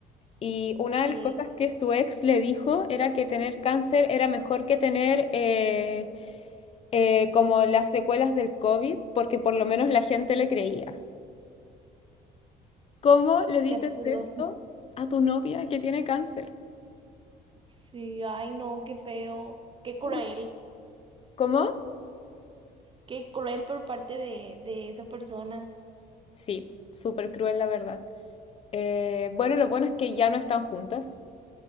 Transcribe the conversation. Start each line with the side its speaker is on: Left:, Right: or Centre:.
Left: Y una
Right: ok.
Left: de las cosas que su ex le dijo era que tener cáncer era mejor que tener eh, eh, como las secuelas del COVID, porque por lo menos la gente le creía. ¿Cómo le dices
Right: Qué absurdo.
Left: eso a tu novia que tiene cáncer?
Right: Sí, ay, no, qué feo. Qué cruel.
Left: Horri- ¿Cómo?
Right: Qué cruel por parte de, de esa persona.
Left: Sí, súper cruel la verdad. Eh, bueno, lo bueno es que ya no están juntas